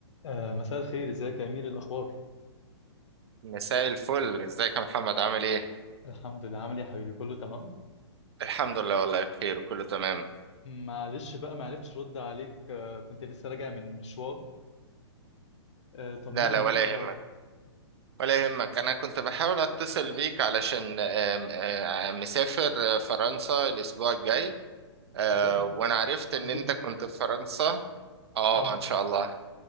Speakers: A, on the left (about 80°); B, on the right (about 60°).
A: آه، مساء الخير ازيك يا امير الاخبار
B: مساء الفل ازيك يا محمد عامل ايه
A: الحمد لله عامل ايه يا حبيبي كله تمام
B: الحمد لله والله بخير وكله تمام
A: معلش بقى ما عرفتش ارد عليك آه، كنت لسه راجع من مشوار آه، طمني
B: لا لا ولا
A: ايه الاخبار
B: يهمك ولا يهمك انا كنت بحاول اتصل بيك علشان آم، آم، مسافر آه، فرنسا الاسبوع الجاي آه،
A: بجد
B: وانا عرفت
A: كويس
B: ان
A: جدا
B: انت كنت في فرنسا اه
A: اه
B: ان شاء الله